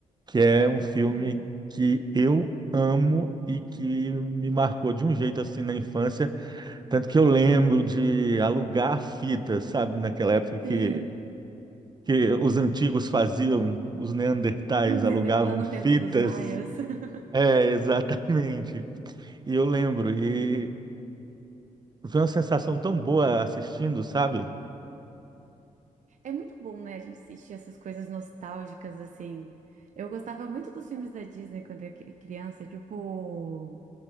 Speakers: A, on the right; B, on the right.
A: que é
B: Toy
A: um filme
B: Story.
A: que eu amo e que me marcou de um jeito assim na infância, tanto que eu lembro de alugar fitas, sabe, naquela época que
B: Sim.
A: que os antigos faziam, os neandertais
B: <laughs>
A: alugavam
B: Lá no
A: fitas.
B: tempo dos maias. <laughs>
A: É, <laughs> exatamente. E eu lembro, e foi uma sensação tão boa assistindo, sabe?
B: É muito bom, né? A gente assistir essas coisas nostálgicas, assim. Eu gostava muito dos filmes da Disney quando eu era cri- criança, tipo